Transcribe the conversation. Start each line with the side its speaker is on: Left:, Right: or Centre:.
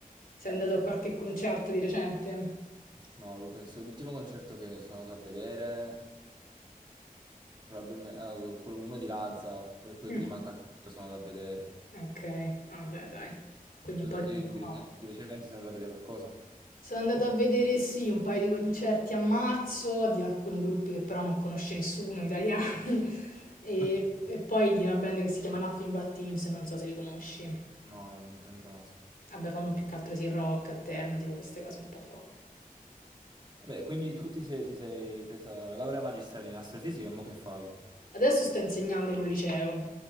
Left: Sei andato a qualche concerto di recente?
Right: No, lo- penso l'ultimo concerto che sono andato a vedere, probabilmente uno di Lazza, poi, poi
Left: Mm.
Right: prima Calcutta sono andato a vedere.
Left: Ok, vabbè, dai. Quindi
Right: Tu
Left: un po' di...
Right: sì,
Left: tempo
Right: di,
Left: fa.
Right: recen- di recente sei andato a vedere qualcosa?
Left: Sono andata a vedere sì un paio di concerti a marzo di alcuni gruppi che però non conosce nessuno, italiani, <laughs> e,
Right: <laughs>
Left: e poi di una band che si chiama Nothing But Thieves, non so se li conosci.
Right: No, non, non li conosco.
Left: Vabbè, fanno più che altro sì rock, alternative, queste cose un po' qua.
Right: Vabbè, quindi tu ti sei, ti sei presa la laurea magistrale in astrofisica e mo che fai?
Left: Adesso sto insegnando in un liceo